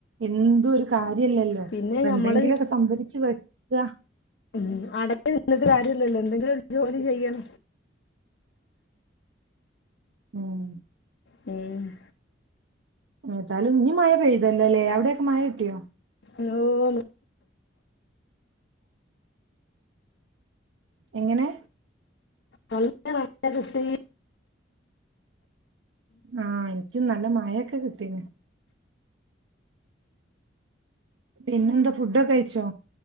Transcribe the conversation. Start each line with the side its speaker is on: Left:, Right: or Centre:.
Right: എന്തും ഒരു കാര്യല്ലല്ലോ അപ്പൊ
Left: പിന്നെ
Right: എന്തെങ്കിലൊക്കെ
Left: നമ്മള്
Right: സംഭരിച്ച് വെക്ക
Left: ഉ അടങ്ങി നിന്നിട്ട് കാര്യല്ലല്ലോ എന്തെങ്കിലും ജോലി ചെയ്യണം
Right: ഉം മ്
Left: മ് ഹ്
Right: ഏതാലും ഇഞ് മഴ പെയ്തല്ലൊലെ അവിടെയൊക്കെ മഴ കിട്ടിയോ
Left: ഹലോ ന്ന്
Right: എങ്ങനെ
Left: നല്ല മഴ കിട്ടി
Right: ആഹ് എനിക്കും നല്ല മായൊക്കെ കിട്ടീ ണ് പിന്നെന്താ ഫുഡൊക്കെ കഴിച്ചോ